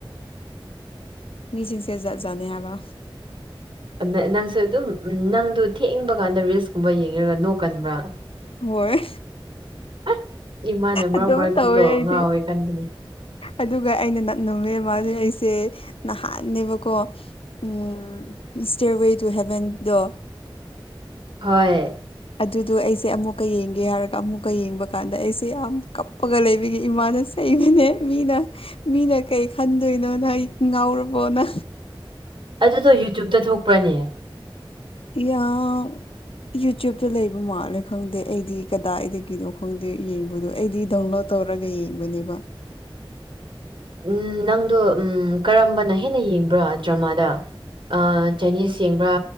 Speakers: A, on the left; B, on the right.
A: ꯃꯤꯁꯤꯡꯁꯦ ꯖꯥꯠ ꯖꯥꯠꯅꯦ ꯍꯥꯏꯕ
B: ꯅꯥ ꯅꯪꯁꯨ ꯑꯗꯨꯝ ꯅꯪꯗꯣ ꯊꯦꯡꯕ ꯀꯥꯟꯗ ꯔꯤꯜꯁꯀꯨꯝꯕ ꯌꯦꯡꯏꯔ ꯅꯣꯛꯀꯟꯕ꯭ꯔꯥ
A: ꯍꯣꯏ
B: ꯑꯁ ꯏꯃꯥꯅ ꯃꯔꯛ
A: ꯑꯗꯨꯝ
B: ꯃꯔꯛꯇꯤꯀꯣ
A: ꯇꯧꯋꯦ ꯑꯩꯗꯤ
B: ꯉꯥꯎꯋꯦ ꯈꯟꯕꯅꯦ
A: ꯑꯗꯨꯒ ꯑꯩꯅ ꯅꯛ ꯅꯨꯃꯦ ꯑꯃꯥꯜꯂꯦ ꯍꯥꯏꯁꯦ ꯅꯍꯥꯟꯅꯦꯕꯀꯣ ꯎꯝ ꯁ꯭ꯇꯦꯔꯋꯦ ꯇꯨ ꯍꯦꯕꯦꯟꯗꯣ
B: ꯍꯣꯏ
A: ꯑꯗꯨꯗꯣ ꯑꯩꯁꯦ ꯑꯃꯨꯛꯀ ꯌꯦꯡꯒꯦ ꯍꯥꯏꯔꯒ ꯑꯃꯨꯛꯀ ꯌꯦꯡꯕ ꯀꯥꯟꯗ ꯑꯩꯁꯦ ꯌꯥꯝ ꯀꯞꯄꯒ ꯂꯩꯕꯒꯤ ꯏꯃꯥꯅ ꯆꯩꯕꯅꯦ ꯃꯤꯅ ꯃꯤꯅ ꯀꯩ ꯈꯟꯗꯣꯏꯅꯣꯅ ꯍꯩꯠ ꯉꯥꯎꯔꯕꯣꯅ
B: ꯑꯗꯨꯗꯣ ꯌꯨꯇ꯭ꯌꯨꯞꯇ ꯊꯣꯛꯄ꯭ꯔꯅꯦ
A: ꯌꯥꯡ ꯌꯨꯇ꯭ꯌꯨꯞꯇ ꯂꯩꯕ ꯃꯥꯜꯂꯦ ꯈꯪꯗꯦ ꯑꯩꯗꯤ ꯀꯗꯥꯏꯗꯒꯤꯅꯣ ꯈꯪꯗꯦ ꯌꯦꯡꯕꯗꯣ ꯑꯩꯗꯤ ꯗꯥꯎꯟꯂꯣꯠ ꯇꯧꯔꯒ ꯌꯦꯡꯕꯅꯦꯕ
B: ꯎꯝ ꯅꯪꯗꯣ ꯎꯝ ꯀꯔꯝꯕꯅ ꯍꯦꯟꯅ ꯌꯦꯡꯕ꯭ꯔꯥ ꯗ꯭ꯔꯃꯥꯗ ꯑꯥ ꯆꯥꯏꯅꯤꯁ ꯌꯦꯡꯕ꯭ꯔꯥ